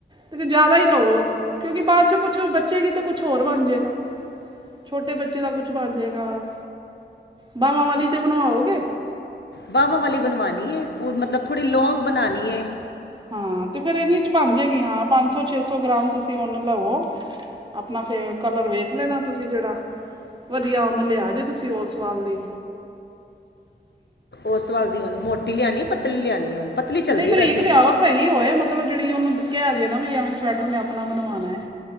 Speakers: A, on the right; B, on the left.
A: ਤੇ ਜ਼ਿਆਦਾ ਹੀ ਲਵੋ ਕਿਉਂਕਿ ਬਾਅਦ ਚੋਂ ਕੁਛ ਬਚੇਗੀ ਤੇ ਕੁਛ ਹੋਰ ਬਣ ਜਾਏਗਾ। ਛੋਟੇ ਬੱਚੇ ਦਾ ਕੁਛ ਬਣ ਜਾਵੇਗਾ, ਬਾਹਵਾਂ ਵਾਲੀ ਤਾਂ ਬਣਵਾਓਗੇ।
B: ਬਾਹਵਾਂ ਵਾਲੀ ਬਣਵਾਉਣੀ ਹੈ ਪੂ ਮਤਲਬ ਥੋੜ੍ਹੀ ਲੌਂਗ ਬਣਾਉਣੀ ਹੈ।
A: ਹਾਂ ਤੇ ਫਿਰ ਇਹਦੇ 'ਚ ਬਣ ਜਾਏਗੀ ਹਾਂ ਪੰਜ ਸੌ ਛੇ ਸੌ ਗ੍ਰਾਮ ਤੁਸੀਂ ਉਨ ਲਵੋ। ਆਪਣਾ ਫਿਰ ਕਲਰ ਵੇਖ ਲੈਣਾ ਤੁਸੀਂ ਜਿਹੜਾ ਵਧੀਆ ਉਨ ਲਿਆਜੇ ਤੁਸੀਂ ਉਸ ਵਾਸਤੇ
B: ਉਸਵਾਲ ਦੀ ਉਨ ਮੋਟੀ ਲਿਆਉਣੀ ਪਤਲੀ ਲਿਆਉਣੀ ਪਤਲੀ ਚੱਲਦੀ
A: ਨਹੀਂ ਬਰੀਕ
B: ਵੈਸੇ
A: ਲਿਆਓ ਸਹੀ ਹੋਏ ਮਤਲਬ ਜਿਹੜੀ ਉਹਨੂੰ ਕਿਹਾ ਜੇ ਐਵੇਂ ਸਵੈਟਰ ਮੈਂ ਆਪਣਾ ਬਣਵਾਉਣਾ ਹੈ।